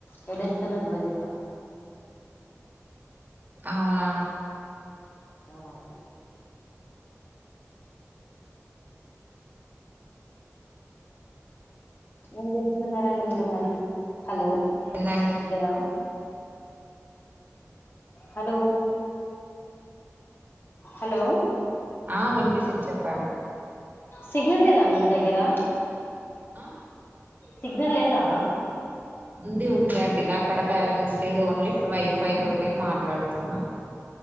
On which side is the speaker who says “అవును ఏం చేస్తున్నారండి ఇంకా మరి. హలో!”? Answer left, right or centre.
Left